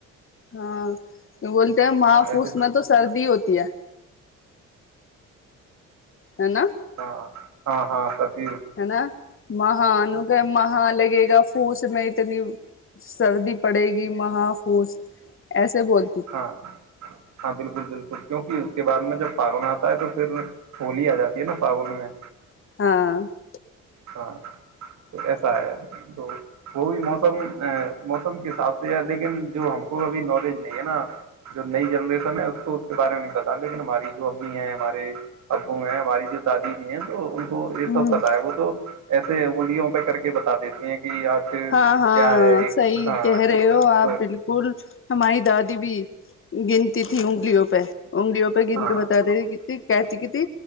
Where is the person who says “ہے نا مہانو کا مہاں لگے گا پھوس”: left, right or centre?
Left